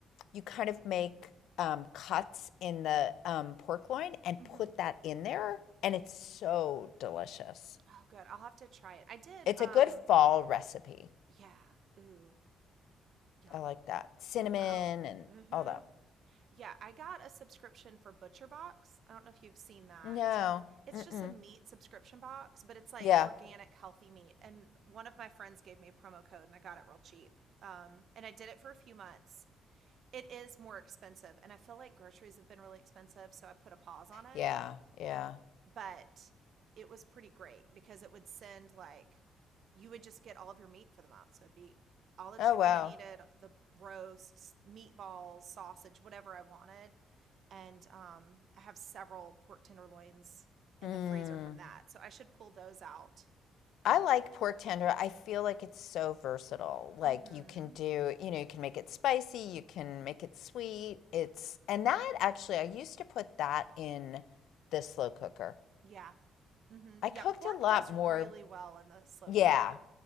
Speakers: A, on the left (about 80°); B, on the right (about 60°).
A: you kind of make um, cuts in the um, pork loin and
B: mm-hmm
A: put that in there, and it's so delicious.
B: Oh, good. I'll have to try it. I did.
A: It's
B: Um,
A: a good fall recipe.
B: yeah. Ooh, yum.
A: I like that. Cinnamon
B: Oh,
A: and
B: mm-hmm.
A: all that.
B: Yeah, I got a subscription for Butcher Box. I don't know if you've seen that.
A: No.
B: It's
A: Mm-mm.
B: just a meat subscription box, but it's like
A: Yeah.
B: organic, healthy meat. And one of my friends gave me a promo code, and I got it real cheap. Um, and I did it for a few months. It is more expensive, and I feel like groceries have been really expensive, so I put a pause on it.
A: Yeah. Yeah.
B: but it was pretty great because it would send like you would just get all of your meat for the month. So it'd be all the chicken
A: Oh, wow.
B: I needed, the roasts, meatballs, sausage, whatever I wanted. And um, I have several pork tenderloins in
A: Mm.
B: the freezer from that. So I should pull those out
A: I
B: and
A: like
B: do that.
A: pork tender. I feel like it's so versatile. Like
B: Mm hmm.
A: you can do, you know, you can make it spicy, you can make it sweet. It's, and that actually, I used to put that in the slow cooker
B: Yeah. hmm
A: I
B: Yeah,
A: cooked
B: pork
A: a lot
B: does
A: more.
B: really well in the slow
A: Yeah.
B: cooker.